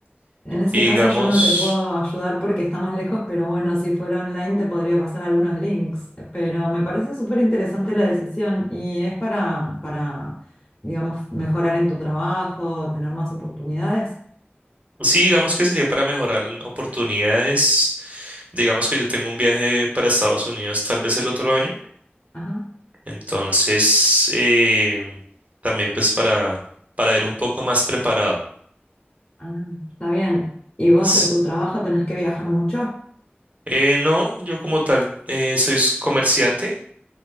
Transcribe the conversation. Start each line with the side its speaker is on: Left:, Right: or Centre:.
Left: En ese
Right: y
Left: caso
Right: digamos,
Left: yo no te puedo ayudar porque estamos lejos, pero bueno, si fuera online te podría pasar algunos links. Pero me parece súper interesante la decisión y es para, para, digamos, mejorar en tu trabajo, tener más oportunidades.
Right: sí, digamos que sería para mejorar oportunidades. Digamos que yo tengo un viaje para Estados Unidos tal vez el otro año,
Left: Ajá,
Right: entonces eh, también pues para, para ir un poco más preparado.
Left: ah, está bien. ¿Y vos
Right: Pues,
Left: en tu trabajo tenés que viajar mucho?
Right: Eh, no, yo como tal eh, soy s- comerciante,